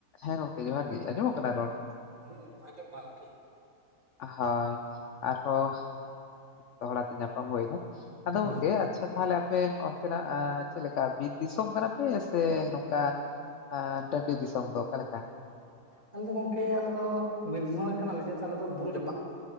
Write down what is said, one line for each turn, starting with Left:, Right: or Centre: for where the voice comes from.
Left: ᱦᱮᱸ ᱜᱚᱢᱠᱮ ᱡᱚᱦᱟᱨ ᱜᱮ ᱟᱸᱡᱚᱢᱼᱚᱜ ᱠᱟᱱᱟ ᱨᱚᱲ
Right: ᱦᱩᱸ ᱟᱸᱡᱚᱢᱚᱜ ᱠᱟᱱᱟ ᱜᱚᱝᱠᱮ
Left: ᱦᱳᱭ ᱟᱨᱦᱚᱸ ᱫᱚᱦᱲᱟ ᱛᱮ ᱧᱟᱯᱟᱢ ᱦᱩᱭ ᱮᱱᱟ ᱟᱫᱚ
Right: ᱜᱚᱝᱠᱮ ᱦᱳᱭ
Left: ᱜᱚᱢᱠᱮ ᱟᱪᱪᱷᱟ ᱛᱟᱦᱚᱞᱮ ᱟᱯᱮ ᱚᱱᱛᱮᱱᱼᱟᱜ ᱪᱮᱫ ᱞᱮᱠᱟ ᱵᱤᱨ ᱫᱤᱥᱚᱢ ᱠᱟᱱᱟ ᱯᱮ ᱥᱮ ᱱᱚᱝᱠᱟ ᱟᱨ ᱰᱟᱹᱰᱤ ᱫᱤᱥᱚᱢ ᱫᱚ ᱚᱠᱟ ᱞᱮᱠᱟ
Right: ᱟᱞᱮ ᱫᱚ ᱜᱚᱝᱠᱮ ᱟᱞᱮ ᱫᱚ ᱵᱤᱨ ᱫᱤᱥᱚᱢ ᱨᱤᱱ ᱠᱟᱱᱟ ᱞᱮ ᱪᱮᱫᱟᱜ ᱥᱮ ᱟᱞᱮ ᱫᱚ ᱵᱩᱨᱩ ᱡᱟᱯᱟᱜ